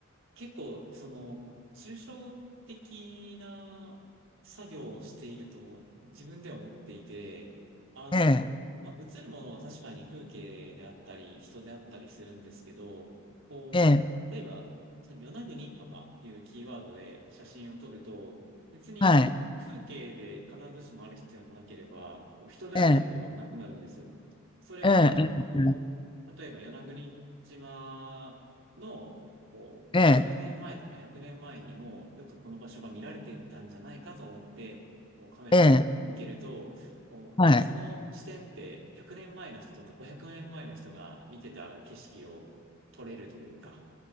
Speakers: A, on the right (about 75°); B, on the left (about 25°).
A: 結構、その、抽象的な作業をしていると自分では思っていて、あの、
B: ええ、
A: まあ、映るものは確かに風景であったり、人であったりするんですけど、こう、
B: ええ、
A: 例えば、その与那国とかいうキーワードで写真を撮ると、別に風景で必ずしもある必要もなければ、
B: はい、
A: こう人である必要もなくなるんですよ。
B: ええ、
A: それが、
B: ええ、
A: こう、例えば与那国島のこう、
B: ええ、
A: 50年前とか100年前にもよくこの場所が見られてたんじゃないかと思って、こうカメラを向けると、
B: ええ、
A: こう、
B: はい、
A: その視点って100年前の人とか500年前の人が見てた景色を撮れるというか、